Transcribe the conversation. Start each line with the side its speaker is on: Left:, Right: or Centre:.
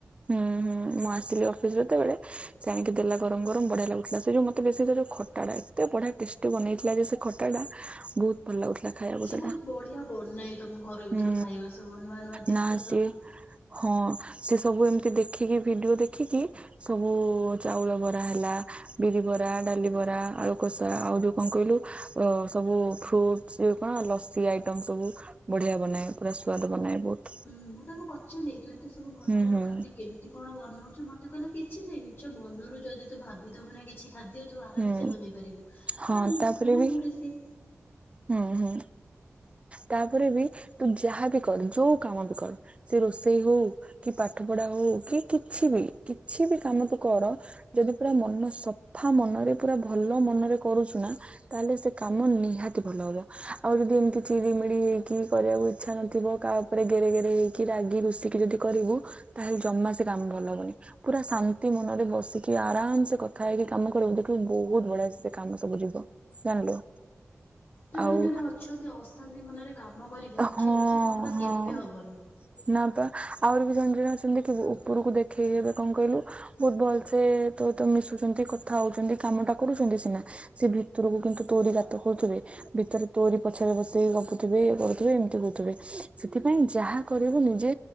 Right: ହୁଁ ହୁଁ ମୁଁ ଆସିଲି ଅଫିସ ଯେତେବେଳେ ସେ ଆଣିକି ଦେଲା ଗରମ ଗରମ ବଢିଆ ଲାଗୁଥିଲା। ସେ ଯୋଉ ମତେ ବେଶୀ ସେ ଯୋଉ ଖଟା ଟା ଏତେ ବଢିଆ ଟେଷ୍ଟି ବ ନେଇଥିଲା ଯେ ସେ ଖଟା ଟା ବହୁତ ଭଲ ଲାଗୁଥିଲା। ଖାଇବାକୁ
Left: ସିଏ ବହୁତ
Right: ସେଟା
Left: ବଢିଆ ବନାଏ ତମ ଘର ଭିତରୁ
Right: ହୁଁ
Left: ଖାଇବା ସବୁ ନୂଆ ନୂଆ ଜିନିଷ
Right: ନା ସିଏ
Left: ସବୁ।
Right: ହଁ, ସେ ସବୁ ଏମିତି ଦେଖିକି ଭିଡ଼ିଓ ଦେଖିକି ସବୁ ଚାଉଳ ବରା ହେଲା ବିରି ବରା ଡାଲି ବରା ଆଳୁକଷା ଆଉ ଯୋଉ କ'ଣ କହିଲୁ ଅ ସବୁ ଫ୍ରୁଟସ୍ ଇଏ କ'ଣ ଲସି ଆଇଟମ ସବୁ ବଢିଆ ବନାଏ ପୁରା ସୁଆଦ ବନାଏ ବହୁତ।
Left: ହୁଁ ମୁଁ ତାକୁ ପଚାରିଲି ତୁ ଏତେ ସବୁ ଭଲ
Right: ହୁଁ
Left: ଭଲ
Right: ହୁଁ।
Left: ଖାଦ୍ୟ କେମିତି କ'ଣ ବନଉଛି ମତେ କହିଲା କିଛି ନାଇଁ ନିଜ ମନରୁ ଯଦି ତୁ ଭାବିଦବୁ ନା କିଛି ଖାଦ୍ୟ ତୁ ଆରାମ
Right: ହୁଁ
Left: ସେ ବନେଇ ପାରିବୁ
Right: ହଁ ତାପରେ
Left: ବହୁତ
Right: ବି
Left: ଗୁଡି ସିଏ
Right: ହୁଁ, ହୁଁ। ତାପରେ ବି ତୁ ଯାହା ବି କର ଯୋଉ କାମ ବି କର ସେ ରୋଷେଇ ହଉ କି ପାଠ ପ ଢା ହଉ କି କିଛି ବି କିଛି ବି କାମ ତୁ କର ଯଦି ପୁରା ମନ ସଫା ମନରେ ପୁରା ଭଲ ମନରେ କରୁଛୁ ନା ତାହେଲେ ସେ କାମ ନିହା କି ଭଲ ହବ ଆଉ ଯଦି ଏମିତି ଚିରିମିଳି ହେଇକି କରିବାକୁ ଇଚ୍ଛା ନଥିବ କା ଉପରେ ଗେରେ ଗେରେ ହେଇକି ରା ରାଗି ରୁଷିକି ଯଦି କରିବୁ ତାହେଲେ ଜମା ସେ କାମ ଭଲ ହବନି। ପୁରା ଶାନ୍ତି ମନରେ ବସିକି ଆ ଆରାମ ସେ କଥା ହେଇକି କାମ କରିବୁ ଦେଖିବୁ ବହୁତ ବଢିଆ ସେ କାମ ସବୁ ଯିବ ଜାଣିଲୁ।
Left: ଜଣେ
Right: ଆଉ
Left: ଜଣେ ଅଛନ୍ତି ଅଶାନ୍ତି ମନରେ କାମ କରିବି ଦେଖିବୁ
Right: ହଁ
Left: ସେ କାମ ଟା କେବେ
Right: ହଁ
Left: ହବନି।
Right: ନା ପା ଆହୁରି ବି ଜଣେ ଜଣେ ଅଛନ୍ତି କି ଉପରକୁ ଦେଖେଇ ହେବେ କ'ଣ କହିଲୁ ବହୁତ ଭଲସେ ତୋ ତ ମିଶୁ ତ ସେମିତି କଥା ହଉଛନ୍ତି କାମ ଟା କରୁଛନ୍ତି ସିନା ସେ ଭିତରକୁ କିନ୍ତୁ ତୋରି ଗାତ ଖୋଳୁଥିବେ। ଭିତରେ ତୋରି ପଛରେ ବସିକି ଗପୁଥିବେ ଇଏ କରୁ କିଏ ଏମତି ହଉଥିବେ ସେଥିପାଇଁ ଯାହା କରିବୁ ନିଜେ